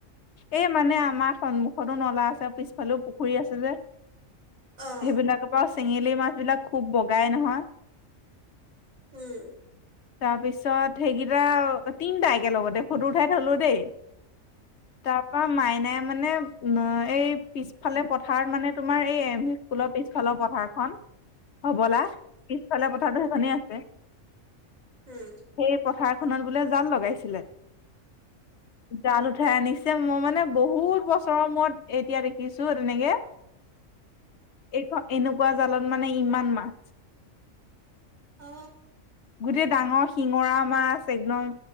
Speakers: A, on the left (about 60°); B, on the right (about 80°).
A: এই মানে আমাৰ সন্মুখতো নলা আছে পিছফালেও পুখুৰী আছে যে।
B: অ'।
A: সেইবিলাকৰ পৰা চেঙেলী মাছ বিলাক খুব বগাই নহয়।
B: উম।
A: তাৰপিছত সেইকেইটা তিনটা একে লগতে ফটো উঠাই থলো দেই। তাৰ পৰা মাইনাই মানে এই পিছ ফালে পথাৰত মানে তোমাৰ এই স্কুলৰ পিছফালৰ পথাৰখন হবলা পিছফালৰ পথাৰতো সেইখনেই আছে।
B: উম',
A: সেই পথাৰখনত বোলে জাল লগাইছিলে জাল উঠাই আনিছিল। যে মই মানে বহুত বছৰৰ মূৰত এতিয়া দেখিছো তেনেকে। এইখন এনেকুৱা জালত মানে ইমান মাছ।
B: অ
A: গোটেই ডাঙৰ শিঙৰা মাছ একদম